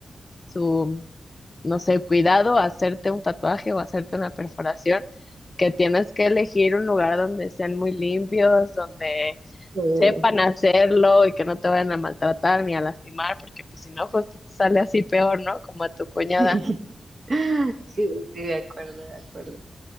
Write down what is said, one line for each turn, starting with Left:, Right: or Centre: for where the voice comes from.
Left: su, no sé, cuidado a hacerte un tatuaje o hacerte una perforación, que tienes que elegir un lugar donde sean muy limpios, donde
Right: Sí.
Left: sepan hacerlo y que no te vayan a maltratar ni a lastimar, porque pues si no, justo te sale así peor, ¿no? Como a tu cuñada.
Right: <laughs> Sí, sí, sí, de acuerdo, de acuerdo.